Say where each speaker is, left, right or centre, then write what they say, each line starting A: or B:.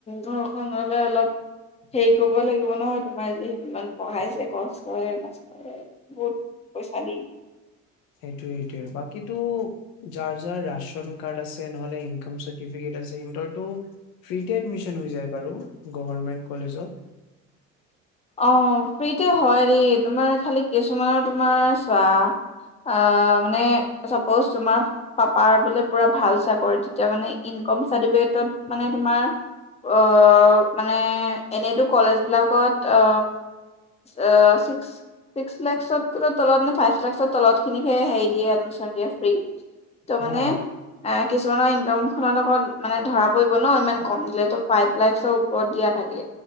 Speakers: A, on the left; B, on the left.
A: ঘৰখনলে অলপ হেৰি কৰিব লাগিব নহয় তোমাৰ যিহেতু ইমান পঢ়াইছে কষ্টৰে মষ্টৰে বহুত পইচা দি
B: সেইটোৱে-সেইটোৱে বাকীতো যাৰ-যাৰ ৰাচন কাৰ্ড আছে নহলে ইনকম চাৰ্টিফিকেট আছে সিহঁতৰটো ফ্ৰীতে এডমিচন হৈ যায় বাৰু গভৰ্ণমেণ্ট কলেজত।
A: অ, ফ্ৰীতে হয় দেই তোমাৰ খালি কিছুমানৰ তোমাৰ চোৱা অ, মানে চাপোজ তোমাৰ পাপাৰ বোলে পুৰা ভাল চাকৰি তেতিয়া মানে ইনকম চাৰটিফিকেটত মানে তোমাৰ অ, মানে এনেতো কলেজ বিলাকত অ অ, চিক্স ছিক্স লেকচৰ <unintelligible> তলত নে ফাইভ লেকচৰ তলতখিনিকে হেৰি দিয়ে এডমিচন দিয়ে ফ্ৰী। ত'
B: অ
A: মানে এ কিছুমানৰ ইনকাম খনৰ লগত মানে ধৰা পৰিব ন' ইমান কম দিলে ফাইভ লেকচৰ ওপৰত দিয়া থাকে